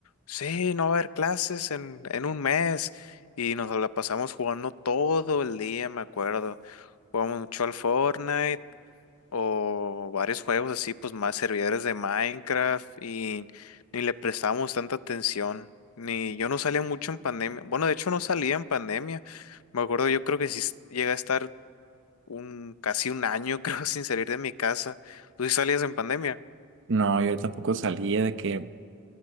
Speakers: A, on the left; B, on the right.
A: sí, no va a haber clases en, en un mes, y nos la pasamos jugando todo el día, me acuerdo. Jugamos mucho al Fortnite, o varios juegos así, pues más servidores de Minecraft y ni le prestábamos tanta atención. Ni yo no salía mucho en pandemia. Bueno, de hecho no salía en pandemia. Me acuerdo, yo creo que sí s- llegué a estar un casi un año, <laughs> creo, sin salir de mi casa. ¿Tú sí salías en pandemia?
B: No, yo tampoco salía de que